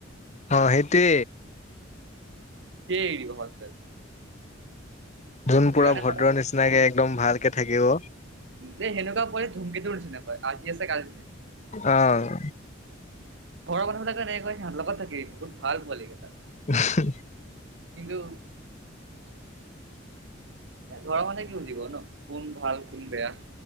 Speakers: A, on the left (about 35°); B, on the right (about 60°).
A: অহ সেইটোৱে
B: সিয়ে এৰি দিব ফাৰ্ষ্টত টাইম
A: যোন পোৰা
B: সেইকাৰণে
A: ভদ্ৰৰ
B: কথা
A: নিচিনাকে একদম ভালকে থাকিব
B: যে সেনেকুৱা <unintelligible> ধুমকেতুৰ নিচিনা <unintelligible> আজি আছে কালি
A: অহ
B: ঘৰৰ মানুহবিলাকো এনেকে কয় সিহঁতৰ লগত থাকিবি বহুত ভাল পোৱালীকেইটা
A: হুহ
B: কিন্তু ঘৰৰ মানুহে কি বুজিব ন কোন ভাল কোন বেয়া।